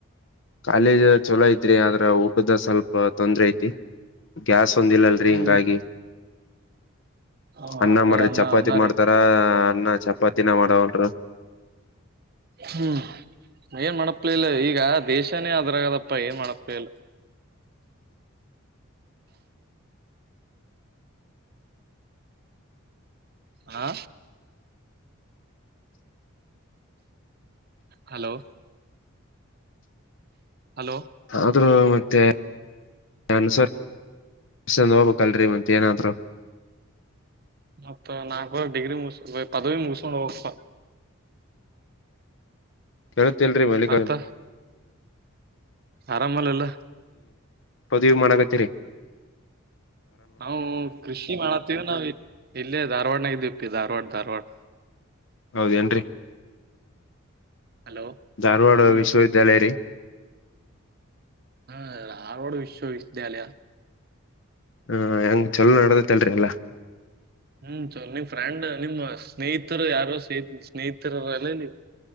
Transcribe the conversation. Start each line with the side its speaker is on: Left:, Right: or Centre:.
Left: ಕಾಲೇಜ್ ಜುಲೈ ತ್ರೀ ಆದ್ರೆ ಊಟದ ಸ್ವಲ್ಪ ತೊಂದ್ರೆ ಗ್ಯಾಸ್ ಒಂದಿಲ್ಲಲ್ರಿ ಹಿಂಗಾಗಿ.
Right: ಹ್ಮ್ ಹ
Left: ಅನ್ನ
Right: ಬರಿ
Left: ಮಾಡ್ರಿ ಚಪಾತಿ
Right: ಅನ್ನ
Left: ಮಾಡ್ತಾರ
Right: ರೀ
Left: ಅನ್ನ ಚಪಾತಿನ ಮಾಡವಲ್ ರ
Right: ಹ್ಮ್ ಏನ್ ಮಾಡಪ್ಲಿಲ್ಲ ಈಗ ದೇಶಾನೇ ಅದರಗದಪ್ಪ ಏನ್ ಮಡಪೇಲ್ಲ ಹಾ ಹಲೋ ಹಲೋ
Left: ಆದ್ರೂ ಮತ್ತೆ <unintelligible> ನನ್ಸರ್ಸಂದ ಹೋಗ್ಕ್ಲ್ರೀ ಮತ್ ಏನಾದ್ರು
Right: ಮತ್ತತ್ ನಾಲ್ಕವ ಡಿಗ್ರಿ ಮುಗ ಪದವಿ ಮುಗಿಸಸ್ಕೊಂಡ್ ಹೋಗಪ
Left: ಕೇಳತ್ತಲ್ರಿ ಮಲ್ಲಿಕ
Right: ಮತ್ತ ಆರಾಮಲ್ಲಲ್ಲ
Left: ಪದವಿ ಮಣಗ ತಿರೆ
Right: ನಾವು ಕೃಷಿ ಮಾಡತ್ತೀವಿ ನಾವವು ಇಲ್ಲೇ ಧಾರ್ವಾಡನಾಗಿದೀವಿಪ್ಪಿ ಧಾರ್ವಾಡ ಧಾರ್ವಾಡ
Left: ಹೌದೇನ್ರರಿ
Right: ಹಲೋ
Left: ಧಾರವಾಡ
Right: ಹ್ಮ್
Left: ವಿಶ್ವವಿದ್ಯಾಲಯ ರೀ
Right: ಹ್ಮ ಆರೋಡ್ ವಿಶ್ವವಿದ್ಯಾಲಯ
Left: ಹಾ ಹೆಂಗ್ ಚಲೋ ನಡದತಲ್ಲರಿ ಎಲ್ಲಾ
Right: ಹ್ಮ್ ಚಲೋ ನಿಮ್ ಫ್ರೆಂಡ್ ನಿಮ್ ಸ್ನೇಹಿತರು ಯಾರು ಸಹ ಸ್ನೇಹಿತರಲ್ಲ ಹ್ಮ್